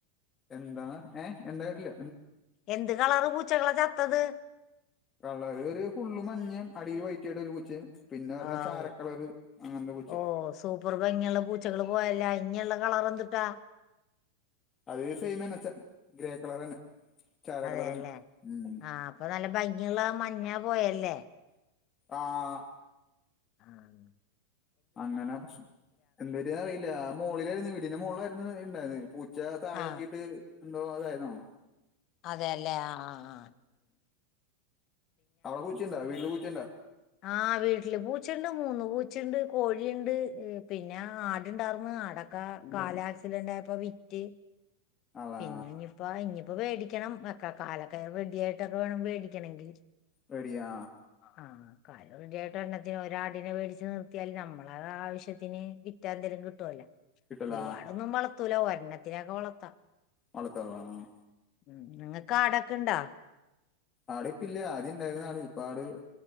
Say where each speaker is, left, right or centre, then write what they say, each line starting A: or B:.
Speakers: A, on the left; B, on the left.
A: എന്താണ് ഏഹ് എന്താ കേട്ട്ല്ല?
B: എന്ത് കളറ് പൂച്ചകളാ ചത്തത്?
A: കളർ ഒരു ഫുള്ള് മഞ്ഞേ അടില് വൈറ്റ ആയിട്ട് ഒരു പൂച്ചേ പിന്നെ ഒരണ്ണം
B: ആവൂ
A: ചാരക്കളറ് അങ്ങൻത്തെ പൂച്ചേ
B: ഓ സൂപ്പർ ഭങ്ങിയുള്ള പൂച്ചകള് പോയല്ലോ ഇഞ്ഞിയുള്ള കളർ എന്തുട്ടാ?
A: അത് സെയിം തന്നെ ച ഗ്രേ കളറന്നെ ചാര
B: അതെല്ലേ
A: കളർ തന്നെ ഉം
B: ആ അപ്പൊ നല്ല ഭംഗിയുള്ള മഞ്ഞ പോയല്ലേ?
A: ആഹ്
B: ആഹ്
A: അങ്ങനെ പ്രശ എന്ത വരിന്ന് അറിയില്ല മോളിലായിരുന്നു വീടിന്റെ മോളിലായിരുന്നു ഇണ്ടായത് പൂച്ച താഴെ
B: ആ
A: ഇറക്കിയിട്ട് എന്തോ ഇതായതാണ്
B: അതെല്ലേ ആഹ് ആഹ്
A: അവിടെ പൂച്ചിണ്ടോ വീട്ട്ല് പൂച്ചിണ്ടോ?
B: ആഹ് വീട്ടില് പൂച്ചണ്ട് മൂന്ന് പൂച്ചണ്ട് കോഴിണ്ട് പിന്നെ ആടുണ്ടായിർന്ന് ആടൊ ക്ക കാലാക്സിഡന്റ് ആയപ്പോ വിറ്റ്
A: അള്ളാ
B: പിന്നെ ഇഞ്ഞിപ്പോ ഇഞ്ഞിപ്പോ വേടിക്കണം ഒക്കെ കാലൊക്കെ റെടിയായിട്ടൊക്കെ വേണം വേടിക്കണെങ്കിൽ
A: പേടിയാ
B: ആഹ് കാല് റെഡിയായിട്ട് ഒരണ്ണത്തിനെ ഒരാടിനെ വേടിച്ച് നിർത്തിയാല് നമ്മള ആവശ്യത്തിന് വിറ്റാല് എന്തേലും കിട്ടോല്ലോ
A: കിട്ടല
B: ഒരുപാടൊന്നും വളർത്തൂല ഒരെണ്ണത്തിനൊക്കെ വളർത്താം
A: വളർത്താവോ ആഹ്
B: ഉം നിങ്ങക്ക് ആടൊക്കെ ഇണ്ടോ?
A: ആടിപ്പില്ല ആദ്യം ഇണ്ടായിരുന്ന ആട് ഇപ്പ ആട്